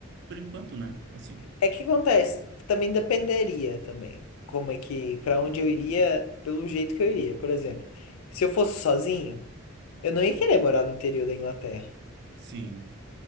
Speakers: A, on the right (about 55°); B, on the left (about 80°).
A: por enquanto, né? Assim.
B: É que acontece, também dependeria também. Como é que, pra onde eu iria, pelo jeito que eu iria, por exemplo. Se eu fosse sozinho, eu não ia querer morar no interior da Inglaterra,
A: Sim.